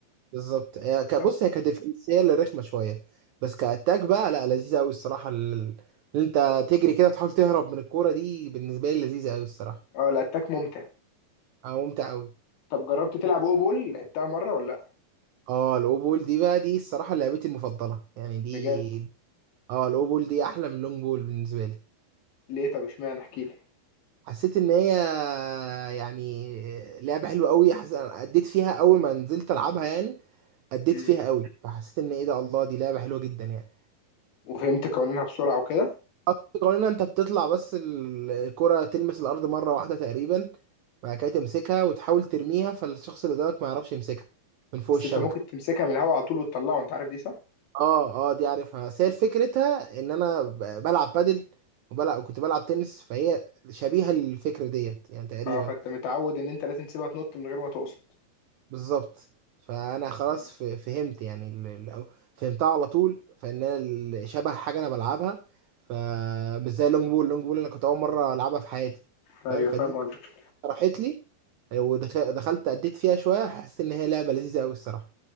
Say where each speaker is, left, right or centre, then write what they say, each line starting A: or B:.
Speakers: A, on the right; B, on the left.
A: بالظبط هي ك-
B: طب
A: بص هي كديفنس هي اللي رخمه شويه بس كاتاك بقى لا لذيذه قوي الصراحه ال- اللي انت تجري كده تحاول تهرب من الكوره دي بالنسبه لي لذيذه قوي الصراحه
B: اه الأتاك ممتع
A: اه ممتع قوي
B: طب جربت تلعب أو بول لعبتها مرة ولا لأ؟
A: اه الاوبول دي بقى دي الصراحه لعبتي المفضله يعني دي
B: بجد
A: اه الاوبول دي احلى من اللونج بول بالنسبه لي
B: ليه طب اشمعنى احكيلي
A: حسيت ان هي يعني لعبه حلوه قوي حسيت انا اديت فيها اول ما نزلت العبها يعني اديت
B: مم.
A: فيها قوي فحسيت ان ايه ده الله دي لعبه حلوه جدا يعني
B: وفهمت قوانينها بسرعة وكده
A: خط قوانينها انت بتطلع بس ال- الكرة تلمس الارض مرة واحدة تقريبا بعد كده تمسكها وتحاول ترميها فالشخص اللي قدامك ما يعرفش يمسكها من فوق
B: بس
A: الشبكة
B: أنت ممكن تمسكها من الهوا على طول وتطلعه أنت عارف دي صح؟
A: اه اه دي عارفها بس هي فكرتها ان انا ب- بلعب بادل وبلعب كنت بلعب تنس فهي شبيهة للفكرة ديت يعني تقريبا
B: اه فأنت متعود إن أنت لازم تسيبها تنط من غير ما تقصد
A: بالظبط فانا خلاص
B: مم.
A: ف- فهمت يعني ال- ال- أو- فهمتها على طول فان انا ال- شبه حاجة انا بلعبها فمش زي اللونج بول اللونج بول انا كنت اول مرة العبها في حياتي
B: أيوه
A: فاهم فدي
B: فاهم قصدك
A: راحت لي ودخلت اديت فيها شويه حسيت ان هي لعبه لذيذه قوي الصراحه